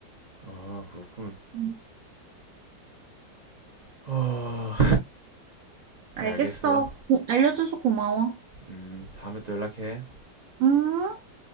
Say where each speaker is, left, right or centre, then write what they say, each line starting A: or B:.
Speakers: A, on the right (about 40°); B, on the right (about 65°).
A: 아, 그렇군.
B: 응.
A: 아,
B: 알겠어.
A: 오 알겠어.
B: 고- 알려줘서 고마워.
A: 음, 다음에 또 연락해.
B: 음.